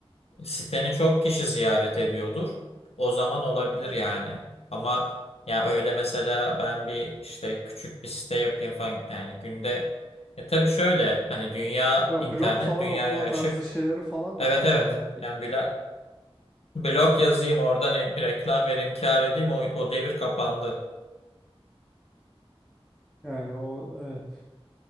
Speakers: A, on the left; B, in the centre.
A: siteni çok kişi ziyaret ediyordur. O zaman olabilir yani. Ama ya öyle mesela ben bir işte küçük bir site yapayım falan yani günde e tabii şöyle hani dünya
B: Ya
A: internet
B: blog falan
A: dünyaya
B: okuma
A: açık.
B: tarzı şeyleri falan
A: Evet
B: da kalmadı
A: evet.
B: artık.
A: Yani Bülent, Blog yazayım, oradan en- reklam vereyim, kâr edeyim. O, o devir kapandı.
B: Yani o evet.